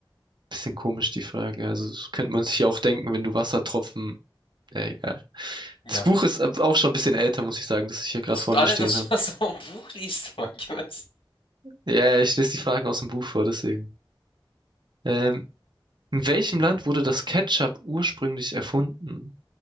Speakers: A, on the right; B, on the left.
A: bisschen komisch, die Frage. Also das könnte man sich ja auch denken, wenn du Wassertropfen. Ja, egal.
B: Ja,
A: Das Buch ist ab- auch schon ein bisschen älter, muss ich sagen, das ich hier gerade
B: hast
A: vor
B: du alle
A: mir stehen
B: das,
A: habe.
B: <laughs> was du im Buch liest, mein Gott.
A: Ja, ja, ich lese die Fragen aus dem Buch vor, deswegen. Ähm, in welchem Land wurde das Ketchup ursprünglich erfunden?